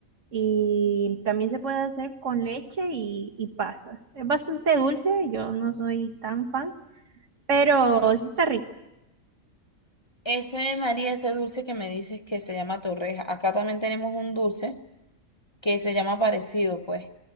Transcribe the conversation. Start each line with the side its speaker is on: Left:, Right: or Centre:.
Right: Y también se puede hacer con leche y, y pasas. Es bastante dulce, yo no soy tan fan, pero sí está rico.
Left: Ese, María, ese dulce que me dices que se llama torreja. Acá también tenemos un dulce que se llama parecido, pues.